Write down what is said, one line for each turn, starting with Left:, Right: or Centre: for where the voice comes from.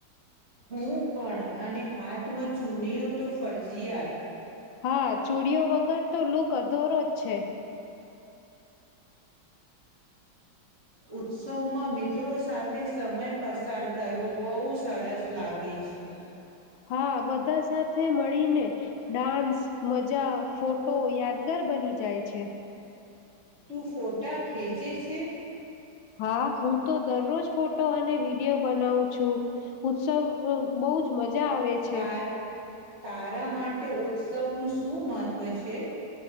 Right: હું પણ અને હાથમાં ચૂણીઓ તો ફરજયાત.
Left: હા, ચુડીઓ વગર તો લુક અધોરો જ છે.
Right: ઉત્સવમાં મિત્રો સાથે સમય પસાર કરવો બહુ સરસ લાગે છે.
Left: હા બધા સાથે મળીને ડાન્સ મજા, ફોટો, યાદગાર બની જાય છે.
Right: તું ફોટા ખેંચે છે.
Left: હા હું તો દરરોજ ફોટો અને વિડીયો બનાવું છું ઉત્સવ બહુજ મજા મજા આવે છે.
Right: તાર તારા માટે ઉત્સવનુંું શું મહત્વ છે.